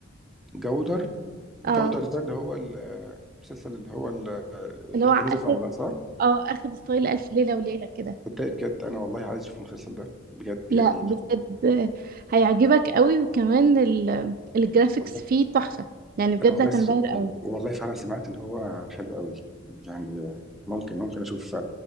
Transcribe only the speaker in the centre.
جودر
جودر ده اللي هو ال- المسلسل اللي هو ال-
اللي
كان نزل في رمضان صح؟
صدقني بجد انا والله عايز اشوف المسلسل ده بجد
يعني
والله
انا والله
س...
والله فعلا سمعت ان هو حلو قوي يعني ممكن ممكن اشوف